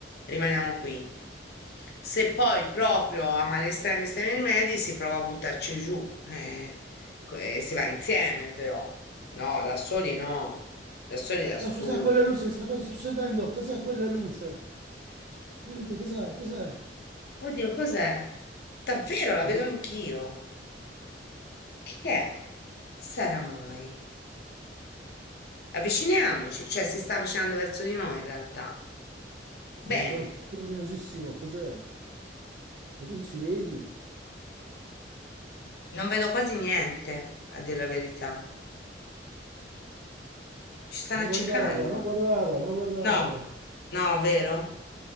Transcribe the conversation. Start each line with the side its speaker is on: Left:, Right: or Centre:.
Left: rimaniamo qui. Se poi proprio a male estreme estremi rimedi si prova a buttarci giù, eh, co- eh, si va insieme però, no, da soli no, da soli è assurdo.
Right: No, cos'è quella luce? Sta cosa succedendo? Cos'è quella luce? Aiuto, cos'è? Cos'è?
Left: Oddio, cos'è? Davvero, la
Right: La
Left: vedo
Right: vedi-
Left: anch'io. Che che è? Che sarà mai? Avviciniamoci, cioè si sta avvicinando verso di noi in realtà.
Right: Sta
Left: Bene,
Right: diventando tutto luminosissimo, cos'è? Ma tu ci vedi?
Left: non vedo quasi niente, a dire la verità. Ci stanno
Right: Non
Left: accecando,
Right: guardarla,
Left: madonna.
Right: non guardarla, non guardarla.
Left: No, no, vero?